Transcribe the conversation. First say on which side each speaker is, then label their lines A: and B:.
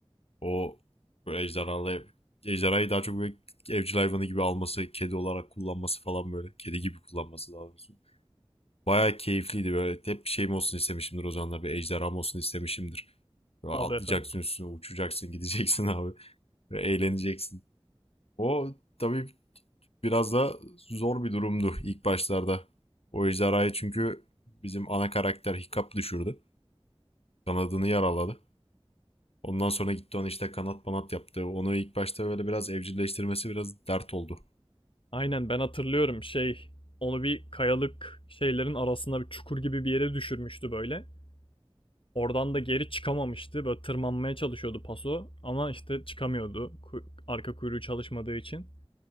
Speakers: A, on the left; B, on the left.
A: O böyle ejderhalı ejderhayı daha çok böyle evcil hayvanı gibi alması, kedi olarak kullanması falan böyle. Kedi gibi kullanması daha doğrusu. Bayağı keyifliydi böyle. Hep bir şeyim olsun istemişimdir o zamanlar. Bir ejderham olsun istemişimdir. Böyle
B: Abi
A: atlayacaksın
B: efendim.
A: üstüne, uçacaksın, <laughs> gideceksin abi. Böyle eğleneceksin. O tabii biraz da zor bir durumdu ilk başlarda. O ejderhayı çünkü bizim ana karakter Hiccup düşürdü. Kanadını yaraladı. Ondan sonra gitti ona işte kanat banat yaptı. Onu ilk başta böyle biraz evcilleştirmesi biraz dert oldu.
B: Aynen ben hatırlıyorum şey onu bir kayalık şeylerin arasında bir çukur gibi bir yere düşürmüştü böyle. Oradan da geri çıkamamıştı. Böyle tırmanmaya çalışıyordu paso ama işte çıkamıyordu. Ku- Arka kuyruğu çalışmadığı için.